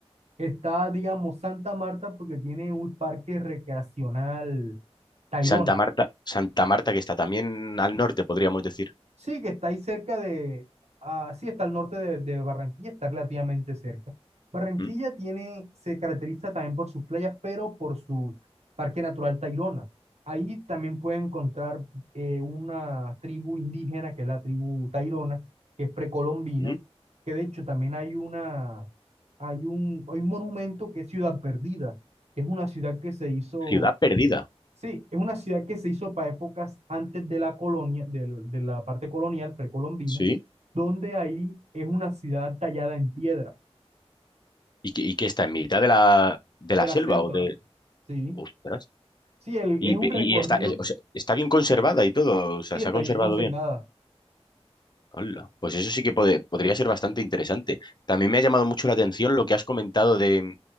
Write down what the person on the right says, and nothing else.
está, digamos, Santa Marta porque tiene un parque recreacional, Tayrona.
Sí, que está ahí cerca de, ah, sí, está al norte de, de Barranquilla, está relativamente cerca. Barranquilla
tiene, se caracteriza también por sus playas, pero por su Parque Natural Tayrona. Ahí también puede encontrar eh, una tribu indígena, que es la tribu Tayrona, que es precolombina,
que de hecho también hay una, hay un, hay un monumento que es Ciudad Perdida, que es una ciudad que se hizo
Sí, es una ciudad que se hizo para épocas antes de la colonia, del- de, la parte colonial precolombina,
donde ahí es una ciudad tallada en piedra,
de
la
selva,
sí.
Sí, el-
es un
recorrido,
sí,
está
bien conservada,